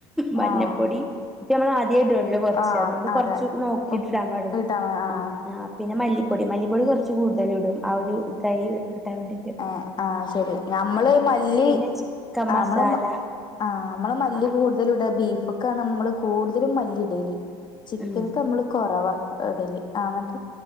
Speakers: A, in the centre; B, on the left.
A: മഞ്ഞപ്പൊടി
B: ആഹ് ആഹ്
A: ഉപ്പമ്മള് ആദ്യായിട്ട് ല്ല കോർച്ച്
B: ആഹ്
A: അതോണ്ട്
B: അതെ
A: കോർച്ച് നോക്കിട്ടിടാൻ
B: ഉപ്പ്
A: പാടുള്ളൂ.
B: ഇട്ടാ മതി ആഹ്
A: ആ പിന്നെ മല്ലിപ്പൊടി, മല്ലിപ്പൊടി കോർച്ച് കൂടുതലിടും ആ ഒരു ഇതായി കിട്ടാൻ വേണ്ടി.
B: ഏ ആഹ് ശരി ഞമ്മള് മല്ലി
A: പിന്നെ ചിക്കൻ
B: ആ
A: മസാല
B: മ്മള് ആഹ് അമ്മള് മല്ലി
A: ആഹ്
B: കൂ തലുട ബീഫൊക്കാണ് നമ്മള് കൂടുതലും മല്ലി ഇടല് ചിക്കനൊക്കെ
A: ഉം
B: അമ്മള് കൊറവാ. ഇഡലി ആഹ്‌